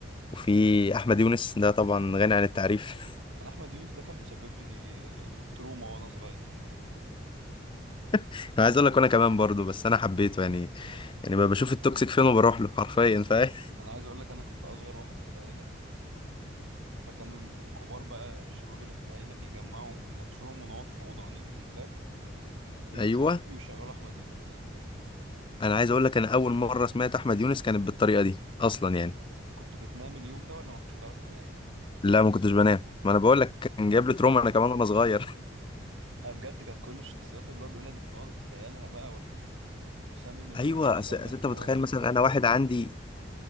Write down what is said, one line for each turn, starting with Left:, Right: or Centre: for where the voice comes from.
Left: وفي احمد يونس ده طبعا غني عن التعريف
Right: انا احمد يونس ده كان مسبب لي تروما وانا صغير
Left: <laughs> انا عايز اقول لك انا كمان برضو بس انا حبيته يعني يعني بقى بشوف التوكسيك فين وبروح له حرفيا فاهم
Right: انا عايز اقول لك انا كنت اصغر واحد في العيله فكانوا ال- الكبار بقى الشباب اللي في العيلة بيجمعوا نفسهم ونقعد في أوضة ونقفل الباب ويدخلوا
Left: <laughs> ايوه
Right: النار ويشغلوا أحمد يونس
Left: انا عايز اقول لك انا اول مره سمعت احمد يونس كانت بالطريقه دي اصلا يعني
Right: كنت بتنام اليوم ده ولا ما كنتش بتعرف تنام؟
Left: لا ما كنتش بنام ما انا بقول لك كان جايب لي تروما انا كمان وانا صغير <laughs>
Right: أنا بجد كانت كل الشخصيات اللي هو بيقولها دي كنت بقعد أتخيلها بقى وأشوف حسام اللي من
Left: ايوه
Right: غير ملامح
Left: أس... أس انت
Right: وهو
Left: متخيل
Right: بيتفرج
Left: مثلا انا واحد عندي